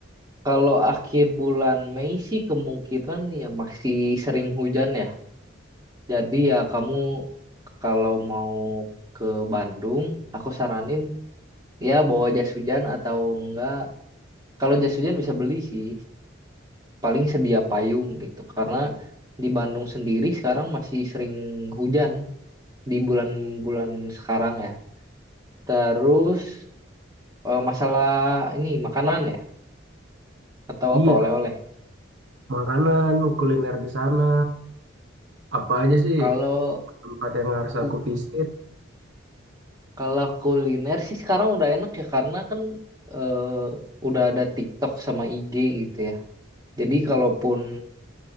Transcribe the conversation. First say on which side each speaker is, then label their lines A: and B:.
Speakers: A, on the right; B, on the right.
A: kalau akhir bulan Mei sih kemungkinan ya masih sering hujan ya. Jadi ya kamu kalau mau ke Bandung, aku saranin ya bawa jas hujan atau enggak. Kalau jas hujan bisa beli sih, paling sedia payung gitu. Karena di Bandung sendiri sekarang masih sering hujan. di bulan-bulan sekarang ya. Terus eh, masalah ini makanan ya atau
B: Iya,
A: apa oleh-oleh.
B: makanan, kuliner di sana, apa aja sih
A: Kalau
B: tempat yang harus
A: ku-
B: aku visit?
A: kalau kuliner sih sekarang udah enak ya karena kan eh, udah ada TikTok sama IG gitu ya. Jadi kalaupun